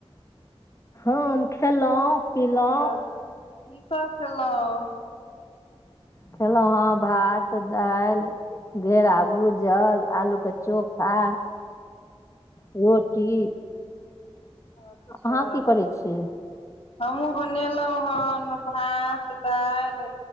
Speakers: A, on the left; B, on the left.
A: हँ हम खेलौं पिलौं।
B: आर की सब खेलौं।
A: खेलौं हँ भात दालि घेरा भुजल। आलू के चोखा, रोटी।
B: अच्छा।
A: अहाँ की करै छी
B: हमहुँ बनेलौ हन भात, दालि।